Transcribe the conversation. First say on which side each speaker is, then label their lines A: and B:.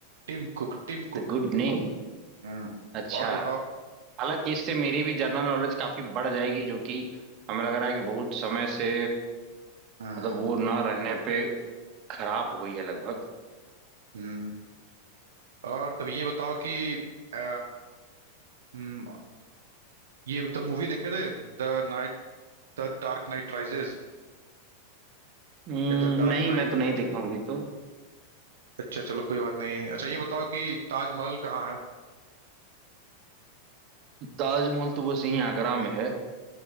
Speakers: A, on the right (about 75°); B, on the right (about 45°).
A: Tim Cook Tim Cook
B: The good name
A: हम्म
B: अच्छा
A: और बताओ
B: हालांकि इससे मेरी भी जनरल नॉलेज काफी बढ़ जाएगी जो कि हमें लग रहा है कि बहुत समय से
A: हम्म
B: मतलब वो ना रहने पे खराब हो गई है लगभग
A: हम्म। और तब ये बताओ कि अ, हम्म, ये द मूवी देखे थे the knight the dark knight rises
B: हम्म,
A: the dark
B: नहीं
A: knight
B: मैं तो नहीं दिखाऊंगी तो
A: अच्छा चलो कोई बात नहीं अच्छा ये बताओ कि ताजमहल कहाँ है
B: ताजमहल तो बस यहीं आगरा में है